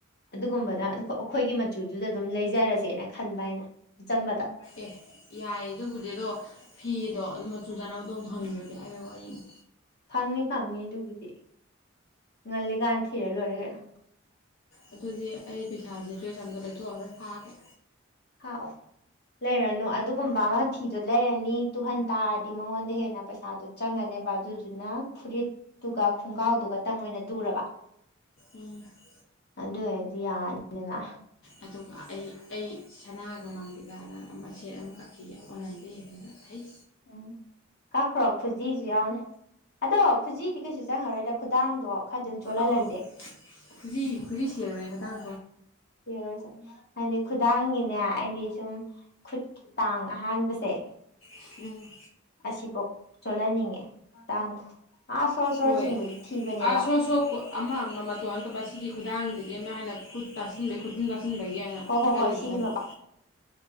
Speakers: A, on the left; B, on the left.
A: ꯑꯗꯨꯒꯨꯝꯕꯗ ꯑꯩꯈꯣꯏꯒꯤ ꯃꯆꯨꯗꯨꯗ ꯑꯗꯨꯝ ꯂꯩꯖꯔꯁꯦꯅ ꯈꯟꯕ ꯑꯩꯅ ꯆꯝꯕꯗ
B: ꯑꯦ ꯌꯥꯏꯌꯦ ꯑꯗꯨꯕꯨꯗꯤ ꯑꯗꯣ ꯐꯤꯗꯣ ꯑꯗꯣ ꯃꯆꯨ ꯆꯥꯅꯕꯗꯣ ꯑꯃꯨꯛ ꯐꯪꯗ꯭ꯔꯗꯤ ꯍꯥꯏꯕꯒꯤ ꯋꯥꯔꯤꯅꯤ
A: ꯐꯪꯅꯤ ꯐꯪꯅꯤ ꯑꯗꯨꯒꯤꯗꯤ ꯉꯜꯂꯤꯀꯥꯟ ꯊꯤꯔ ꯂꯣꯏꯔꯦ ꯀꯩꯅꯣ
B: ꯑꯗꯨꯗꯤ ꯑꯩ ꯄꯩꯁꯥꯁꯦ ꯗ꯭ꯔꯦꯁ ꯑꯝꯇ ꯂꯩꯊꯣꯛꯑꯔꯣꯢ ꯈꯛꯑꯒꯦ
A: ꯈꯥꯛ ꯑꯣ ꯂꯩꯔꯅꯨ ꯑꯗꯨꯒꯨꯝꯕ ꯑꯃ ꯐꯤꯗꯣ ꯂꯩꯔꯅꯤ ꯇꯨꯍꯟ ꯇꯥꯔꯗꯤ ꯃꯉꯣꯟꯗ ꯍꯦꯟꯅ ꯄꯩꯁꯥꯗꯣ ꯆꯪꯉꯅꯦꯕ ꯑꯗꯨꯗꯨꯅ ꯐꯨꯔꯤꯠ ꯑꯗꯨꯒ ꯈꯣꯡꯒꯥꯎꯗꯨꯒ ꯇꯪ ꯑꯣꯏꯅ ꯇꯨꯔꯕ
B: ꯎꯝ
A: ꯑꯗꯨ ꯑꯣꯏꯔꯗꯤ ꯌꯥꯔꯅꯤꯗꯅ
B: ꯑꯗꯨꯒ ꯑꯩ ꯑꯩ ꯁꯅꯥꯒ ꯃꯥꯡꯕꯤꯗ <unintelligible> ꯑꯃ ꯁꯦꯠ ꯑꯃ ꯀꯛꯈꯤꯒꯦ ꯑꯣꯟꯂꯥꯏꯟꯗ ꯌꯦꯡꯉꯒ ꯑꯩ
A: ꯎꯝ ꯀꯛꯈ꯭ꯔꯣ ꯈꯨꯖꯤꯁꯨ ꯌꯥꯎꯅ ꯑꯗꯣ ꯈꯨꯖꯤꯗꯤ ꯀꯩꯁꯨ ꯆꯪꯉꯔꯣꯏꯗ ꯈꯨꯗꯥꯡꯗꯣ ꯈꯔ ꯑꯗꯨꯝ ꯆꯣꯜꯍꯜꯂꯁꯦ
B: ꯑꯧ ꯈꯨꯖꯤ ꯈꯨꯖꯤ ꯁꯤꯔꯔꯣꯏ ꯃꯇꯥꯡ
A: ꯌꯦꯡꯉꯥꯁꯦ ꯍꯥꯏꯗꯤ ꯈꯨꯗꯥꯡꯒꯤꯅꯦ ꯑꯩꯗꯤ ꯁꯨꯝ ꯈꯨꯠꯀꯤ ꯇꯥꯡ ꯑꯍꯥꯟꯕꯁꯦ
B: ꯎꯝ
A: ꯑꯁꯤꯐꯧ ꯆꯣꯜꯍꯟꯅꯤꯡꯉꯦ ꯇꯥꯡꯗ ꯑꯥ ꯁꯣꯔ ꯁꯣꯔ
B: ꯍꯣꯏ
A: ꯆꯤꯡꯕꯗꯤ ꯊꯤꯕꯅꯦꯕ
B: <unintelligible> ꯑꯃ ꯑꯃ ꯃꯇꯣꯜ ꯑꯝꯇ ꯄꯥꯢꯁꯤꯟꯕꯤ ꯈꯨꯗꯥꯡꯗꯨꯗꯤ ꯑꯃ ꯍꯥꯏꯅ ꯈꯨꯠ ꯇꯥꯁꯤꯟꯕꯩ ꯈꯨꯠ ꯈꯨꯠꯇꯨꯝ ꯇꯁꯤꯟꯕꯒꯤ ꯑꯅ
A: ꯍꯣꯏ ꯍꯣꯏ
B: ꯈꯜꯂꯤꯅꯤ
A: ꯍꯣꯏ ꯁꯤꯒꯤ
B: ꯑꯁꯥꯏꯐꯧ